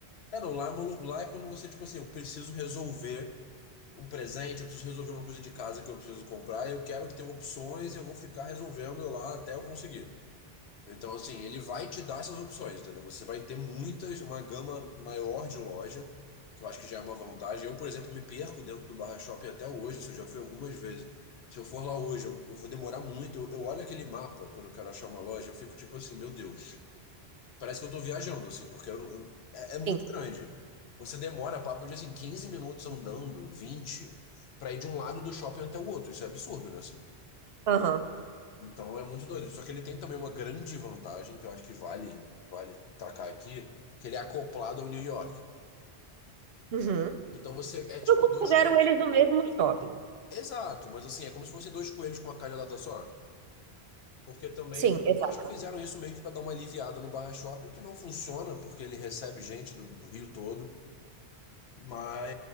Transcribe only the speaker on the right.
Sim.
Aham.
Uhum.
Eu
considero
eles no mesmo shopping.
Sim,
exato.